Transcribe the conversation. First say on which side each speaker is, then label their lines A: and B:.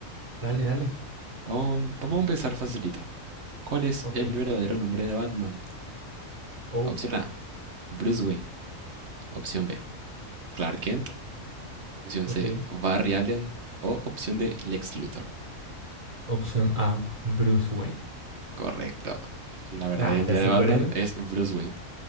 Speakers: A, on the right; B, on the right.
A: Dale, dale.
B: vamos, vamos a empezar facilito. ¿Cuál es
A: Ok.
B: el verdadero nombre de Batman?
A: Oh,
B: Opción A, Bruce Wayne. Opción B, Clark Kent. Opción
A: ok.
B: C, Barry Allen. O opción D, Lex Luthor.
A: Opción A, Bruce Wayne.
B: Correcto. La verdadera
A: Ah,
B: identidad
A: está súper,
B: de Batman
A: ¿eh?
B: es Bruce Wayne.